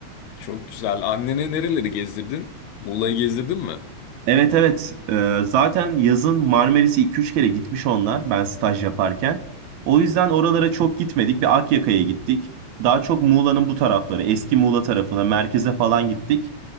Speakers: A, on the left; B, on the right.
A: Çok güzel. Annene nereleri gezdirdin? Muğla'yı gezdirdin mi?
B: Evet evet. Ee, zaten yazın Marmaris'e iki üç kere gitmiş onlar ben staj yaparken. O yüzden oralara çok gitmedik. Bir Akyaka'ya gittik. Daha çok Muğla'nın bu tarafları, eski Muğla tarafına, merkeze falan gittik.